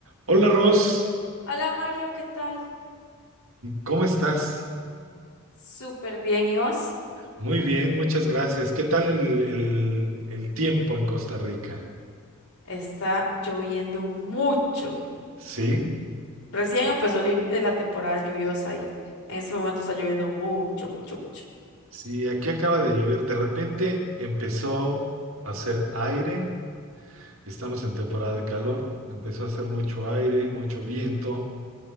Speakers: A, on the right; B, on the left.
A: Hola Ros,
B: Hola Mario, ¿qué tal?
A: ¿cómo estás?
B: Súper bien, ¿y vos?
A: Muy bien, muchas gracias. ¿Qué tal el, el- el tiempo en Costa Rica?
B: Está lloviendo mucho.
A: Sí,
B: Recién empezó li- eh, la temporada lluviosa y en este momento está lloviendo mucho, mucho, mucho.
A: sí, aquí acaba de llover. De repente empezó a hacer aire. Estamos en temporada de calor. Empezó a hacer mucho aire, mucho viento.